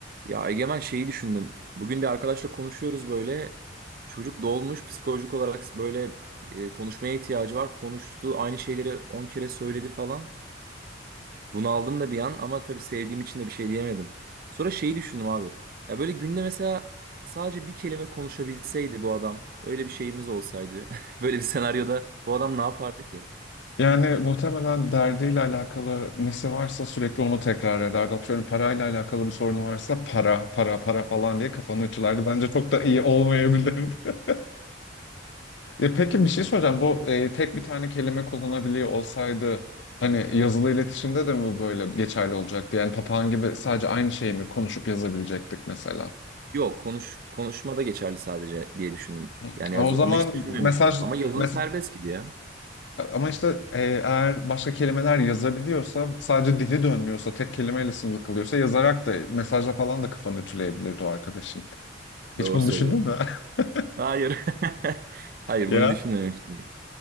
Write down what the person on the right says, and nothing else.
Ya Egemen şeyi düşündüm. Bugün bir arkadaşla konuşuyoruz böyle. Çocuk dolmuş psikolojik olarak böyle e, konuşmaya ihtiyacı var. Konuştu aynı şeyleri 10 kere söyledi falan. Bunu aldım da bir an ama tabii sevdiğim için de bir şey diyemedim. Sonra şeyi düşündüm abi. Ya böyle günde mesela sadece bir kelime konuşabilseydi bu adam. Öyle bir şeyimiz olsaydı. <laughs> Böyle bir senaryoda bu adam ne yapardı ki?
Yok konuş konuşmada geçerli sadece diye düşündüm.
Yani
yazı,
onu hiç düşünmemiştim.
Ama yazılı
serbest gibi ya.
Doğru
söylüyorsun.
Hayır. <laughs> Hayır
bunu düşünmemiştim.